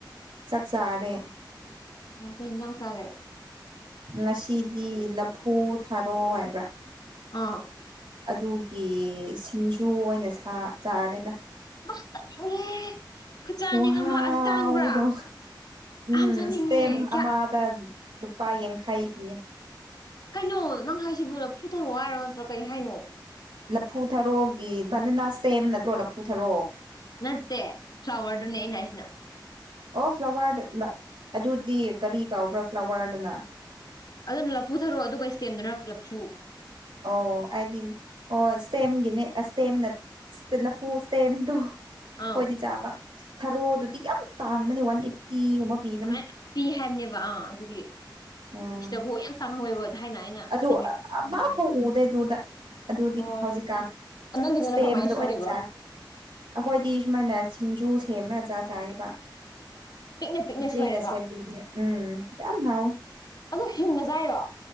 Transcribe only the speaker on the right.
ꯆꯥꯛ ꯆꯥꯔꯦ
ꯉꯁꯤꯗꯤ ꯂꯐꯨ ꯊꯥꯔꯣ ꯍꯥꯏꯕ꯭ꯔꯥ
ꯑꯗꯨꯒꯤ ꯁꯤꯡꯖꯨ ꯑꯣꯏꯅ ꯆꯥꯔꯦꯅ
ꯍꯨꯍꯥꯎꯗꯣ
ꯎꯝꯇ
ꯑꯗ ꯂꯨꯄꯥ ꯌꯥꯡꯈꯩ ꯄꯤ
ꯂꯐꯨꯊꯔꯣꯒꯤ ꯕꯅꯅꯥ ꯏꯁꯇꯦꯝ ꯅꯠꯇ꯭ꯔꯣ ꯂꯐꯨꯊꯔꯣ
ꯑꯣ ꯐ꯭ꯂꯥꯋꯥꯔꯗ ꯑꯗꯨꯗꯤ ꯀꯔꯤ ꯀꯧꯕꯥꯎꯕ꯭ꯔꯥ ꯐ꯭ꯂꯥꯋꯔꯗꯅ
ꯑꯣ ꯍꯥꯏꯗꯤ ꯑꯣ ꯏꯁꯇꯦꯝꯒꯤꯅꯦ ꯏꯁꯇꯦꯝꯅ ꯂꯐꯨ ꯏꯁꯇꯦꯝꯗꯣ
ꯍꯣꯏꯗꯤ ꯆꯥꯕ ꯊꯔꯣꯗꯨꯗꯤ ꯌꯥꯝ ꯇꯥꯡꯕꯅꯦ ꯋꯥꯟ ꯑꯦꯠꯇꯤꯒꯨꯝꯕ ꯄꯤꯕꯅꯦ
ꯎꯝ
ꯑꯗꯨ
ꯑꯃꯐꯥꯎ
ꯎꯗꯦ ꯑꯗꯨꯗ ꯑꯗꯨꯗꯤ
ꯍꯧꯖꯤꯛꯀꯥꯟ
ꯏꯁꯇꯦꯝꯗ
ꯑꯣꯏꯅ
ꯆꯥꯏ ꯑꯩꯈꯣꯏꯗꯤ ꯁꯨꯃꯥꯏꯅ ꯁꯤꯡꯖꯨ ꯊꯦ꯭ꯔꯆꯥꯥꯖꯥꯏꯕ
ꯆꯅ
ꯁꯦꯝꯕꯤ ꯎꯝ ꯀꯝ ꯍꯥꯏ